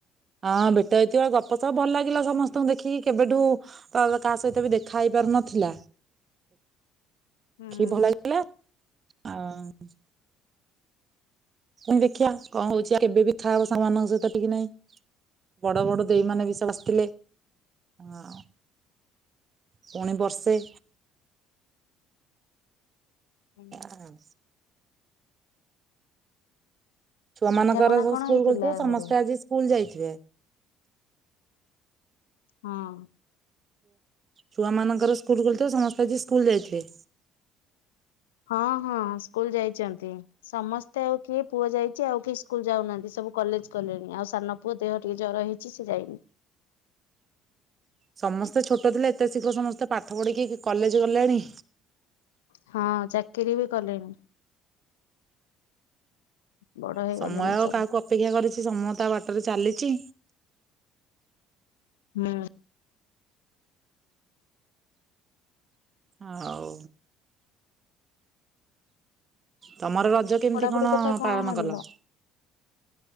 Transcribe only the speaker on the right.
ହଁ ଭେଟ ହେଇଥିବ ଗପ ସପ ଭଲ ଲାଗିଲା ସମସ୍ତଙ୍କୁ ଦେଖିକି କେବେଠୁ ତ କାହା ସହିତ ବି ଦେଖା ହେଇ ପାରୁନଥିଲା।
ଦେଖି କି ଭଲ ଲାଗିଲା। ଆଉ ପୁଣି ଦେଖିଆ କଣ ହଉଚି କେବେ ଦେଖା ହବ ସାଙ୍ଗ ମାନଙ୍କ ସହିତ ଠିକ୍ ନାଇଁ। ବଡ ବଡ ଦେଇ ମାନେ ବି ସବୁ ଆସିଥିଲେ। ହଁ। ପୁଣି ବର୍ଷେ
ହଁ ଛୁଆ ମାନଙ୍କର
ସବୁ
ସ୍କୁଲ
ଖୋଲିଥିବ ସମସ୍ତେ
ଆଜି ସ୍କୁଲ ଯାଇଥିବେ।
ଛୁଆ ମାନଙ୍କର ସ୍କୁଲ ଖୋଲିଥିବ ସମସ୍ତେ ଆଜି ସ୍କୁଲ ଯାଇଥିବେ।
ସମସ୍ତେ ଛୋଟ ଥିଲେ ଏତେ ଶୀଘ୍ର ସମସ୍ତେ ପାଠ ପଢିକି କଲେଜ୍ ଗଲେଣି।
ସମୟ ଆଉ
କାହାକୁ ଅପେକ୍ଷା କରିଚି ସମୟ ତା ବାଟରେ ଚାଲିଚି।
ଆଉ ତମର ରଜ କେମିତି
କଣ
ପାଳନ
କଲ?